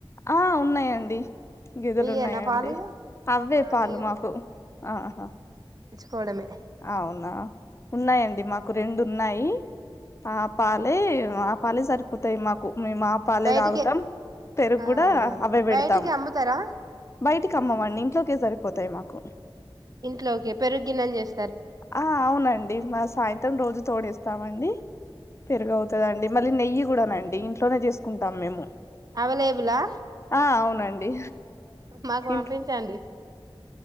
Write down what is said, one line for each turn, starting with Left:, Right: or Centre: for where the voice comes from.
Left: ఆ ఉన్నాయండి గేదెలు
Right: మీయేనా
Left: ఉన్నాయండి
Right: పాలిగా
Left: అవే
Right: ఆ
Left: పాలు
Right: లేవు
Left: మాకు ఆహా
Right: కోడమే
Left: అవునా ఉన్నాయండి మాకు రెండు ఉన్నాయి ఆ పాలే ఆ పాలే సరిపోతయ్ మాకు మేము ఆ పాలే
Right: బయటికి
Left: తాగుతాం, పెరుగు
Right: ఆహా
Left: కూడా అవే పెడతాం.
Right: బయటికి అమ్ముతారా
Left: బయటికి అమ్మము అండి ఇంట్లోకే సరిపోతాయి మాకు కొనం
Right: ఇంట్లోకే పెరుగు గిన్నని చేస్
Left: ఆ అవునండి మా సాయంత్రం రోజు తోడేస్ తామండి పెరుగవుతదండి మళ్ళీ నెయ్యి కూడానండి ఇంట్లోనే జేసుకుంటాం మేము
Right: అవైలబులా
Left: ఆ అవునండి
Right: మాకు పంపించండి
Left: ఇంట్ల్